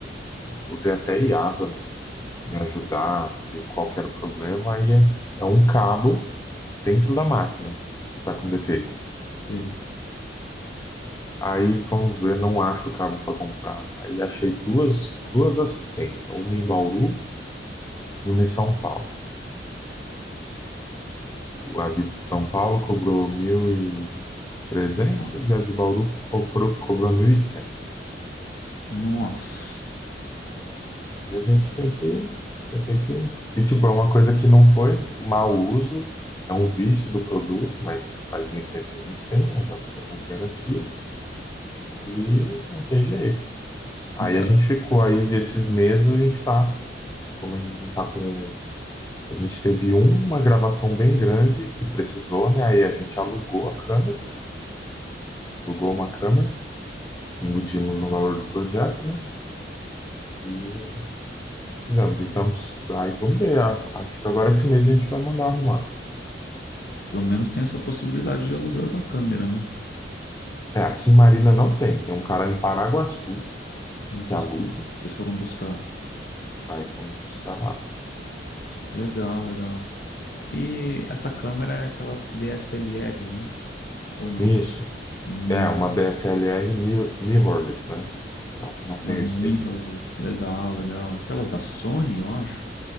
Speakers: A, on the left; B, on the left.
A: usei até IA para me ajudar, ver qual que era o problema. Aí é, é um cabo dentro da máquina que está com defeito.
B: Sei.
A: Aí fomos ver, não acho o cabo para comprar. Aí achei duas, duas assistências, uma em Bauru e uma em São Paulo. A de São Paulo cobrou mil e trezentos
B: Nossa.
A: e a de Bauru cobrou, cobrou 1.100.
B: Nossa.
A: E a gente tem que, vai ter que. E, tipo, é uma coisa que não foi mau uso, é um vício do produto, mas faz muito tempo que a gente tem, né? Já não tem mais garantia. E não tem jeito. Aí
B: Essa-
A: a gente ficou aí, esses meses a gente tá. Como a gente não tá com. A gente teve uma gravação bem grande que precisou, né? Aí a gente alugou a câmera, alugou uma câmera. emitimos o valor do projeto, né? E fizemos. E estamos. Aí vamos ver. Acho que agora esse mês a gente vai mandar arrumar.
B: Pelo menos tem essa possibilidade de aluguel da câmera, né?
A: É, aqui em Marília não tem. Tem um cara em Paraguaçu
B: Aí
A: que
B: vocês,
A: aluga.
B: fo- vocês foram buscar.
A: Aí vamos buscar lá.
B: Legal, legal. E essa câmera é aquelas DSLR, né? Ou não?
A: Isso.
B: Hum,
A: É, uma DSLR mir- mirrorless, né? Aquela que não tem
B: uma
A: o
B: mirrorless.
A: espelhinho.
B: Legal, legal. Aquelas da Sony, eu acho.